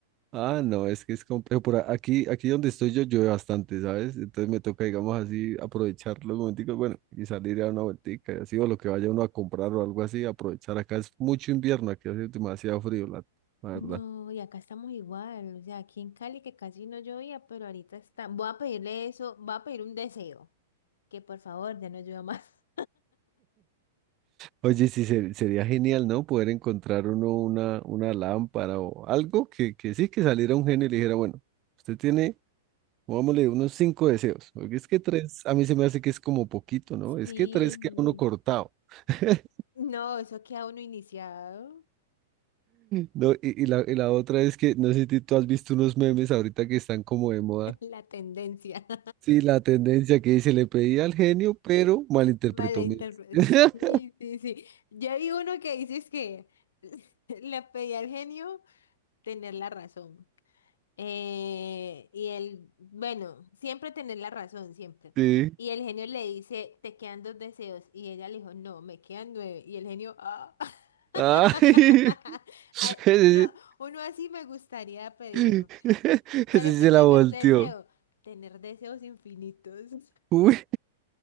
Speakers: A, on the right; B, on the left.
A: Ah, no, es que es complejo. Por a- aquí, aquí donde estoy yo llueve bastante, ¿sabes? Entonces me toca, digamos así, aprovechar los momenticos, bueno, y salir a dar una vueltica, y así, o lo que vaya uno a comprar o algo así, aprovechar. Acá es mucho invierno, aquí hace demasiado frío, la la
B: No,
A: verdad.
B: y acá estamos igual. O sea, aquí en Cali que casi no llovía, pero ahorita está. Voy a pedirle eso, voy a pedir un deseo. Que por favor, ya no llueva más.
A: Oye, sí, ser- sería genial, ¿no? Poder encontrar uno una, una lámpara o algo que, que sí, que saliera un genio y le dijera, bueno, usted tiene, pongámosle, unos cinco deseos. Porque es que tres, a mí se me hace que es como poquito,
B: <laughs>
A: ¿no? Es
B: Sí.
A: que tres queda uno cortado. <laughs>
B: No, eso queda uno iniciado.
A: No, y, y la, y la otra es que, no sé si tú has visto unos memes ahorita que están como de moda.
B: <laughs> La tendencia. <laughs>
A: Sí, la tendencia que dice, le pedí al genio, pero malinterpretó
B: Malinterpre-
A: mi deseo". <laughs>
B: Sí, sí, sí. Ya vi uno que dices que <laughs> le pedí al genio tener la razón. Eh, y él, bueno, siempre tener la razón, siempre.
A: Sí.
B: Y el genio le dice, te quedan dos deseos. Y ella le dijo, no, me quedan nueve. Y el genio, ah.
A: Ay,
B: <laughs>
A: <laughs> ese
B: Ay, Uno,
A: sí
B: uno así me gustaría pedir.
A: <laughs> ese
B: ¿Cuál
A: sí
B: es tu
A: se
B: primer
A: la volteó.
B: deseo? Tener deseos infinitos. <laughs>
A: Uy,